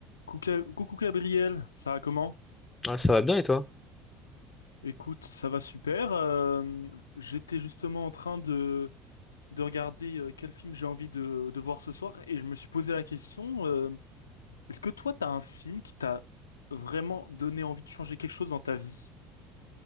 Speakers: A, on the left (about 80°); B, on the left (about 15°).
A: Coucou, coucou Gabriel, ça va comment?
B: Ouais, ça va bien et toi?
A: Écoute, ça va super. euh, j'étais justement en train de, de regarder euh, quel film j'ai envie de, de voir ce soir et je me suis posé la question, euh, est-ce que toi, t'as un film qui t'a vraiment donné envie de changer quelque chose dans ta vie?